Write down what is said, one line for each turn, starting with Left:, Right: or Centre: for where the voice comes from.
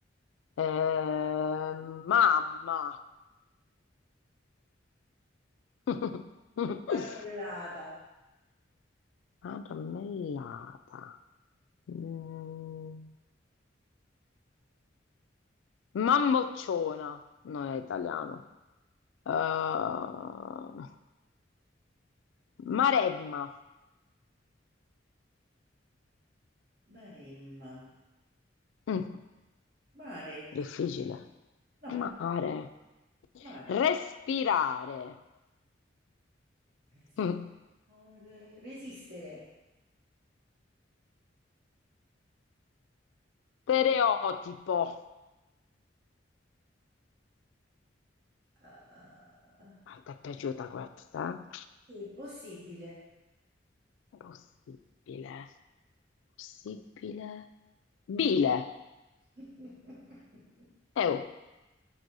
Left: Ehm, mamma. <laughs>
Right: marmellada,
Left: Marmellata. Mm. Mammocciona, non è italiano. Uh, Maremma.
Right: maremma,
Left: Mm,
Right: mare,
Left: difficile.
Right: no,
Left: Mare.
Right: mare,
Left: Respirare.
Right: Res-
Left: Mm,
Right: Mare- resistere,
Left: Stereotipo.
Right: Ah,
Left: A te è piaciuta questa?
Right: sì, possibile,
Left: eh? Possibile. Possibile. Bile.
Right: <laughs>
Left: Eh, oh.